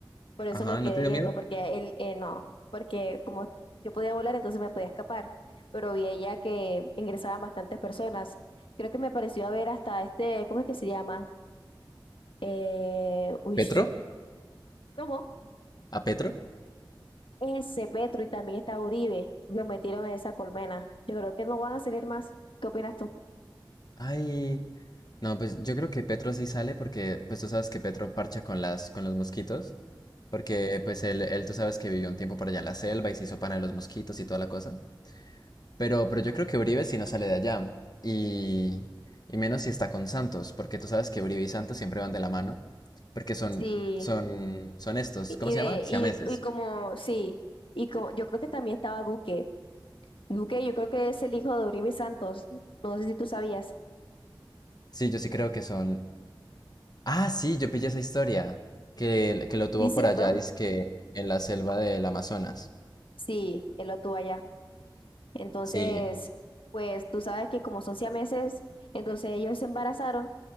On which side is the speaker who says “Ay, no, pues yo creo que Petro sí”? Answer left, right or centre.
Left